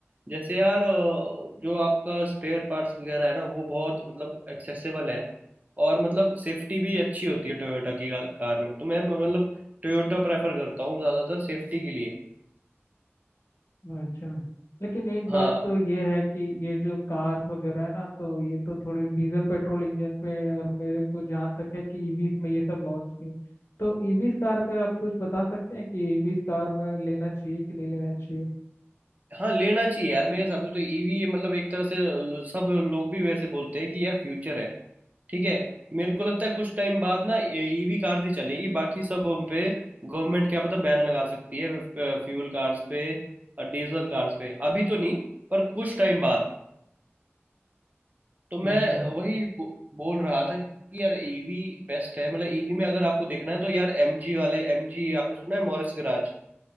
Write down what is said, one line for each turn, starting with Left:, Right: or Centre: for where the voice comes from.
Right: जैसे यार अ, जो आपका स्पेयर पार्ट्स वगैरह है ना वो बहुत मतलब एक्सेसिबल है और मतलब सेफ्टी भी अच्छी होती है टोयोटा की कार में तो मैं मैं मतलब टोयोटा प्रेफर करता हूँ ज़्यादातर सेफ्टी के लिए
Left: अच्छा लेकिन एक
Right: हाँ
Left: बात तो ये है कि ये जो कार्स वगैरह है ना तो ये तो थोड़ी डीजल पेट्रोल इंजन पे है और मेरे को जहाँ तक है कि ईवीस में ये सब लॉन्च नहीं तो ईवीस कार का आप कुछ बता सकते हैं कि ईवीस कार में लेना चाहिए कि नहीं लेना चाहिए
Right: हाँ लेना चाहिए यार मेरे हिसाब से तो ईवी मतलब एक तरह से ल- सब लोग भी वैसे बोलते हैं कि यार फ्यूचर है ठीक है मेरे को लगता है कुछ टाइम बाद ना ईवी कार्स ही चलेगी बाकी सब उन पे गवर्नमेंट क्या पता बैन लगा सकती है फ्यूल कार्स पे और डीजल कार्स पे अभी तो नहीं पर कुछ टाइम बाद तो मैं
Left: अच्छा
Right: वही बो, बोल रहा था कि यार ईवी बेस्ट है मतलब ईवी में अगर आपको देखना है तो यार एमजी वाले एमजी आपने सुना है मॉरिस गराज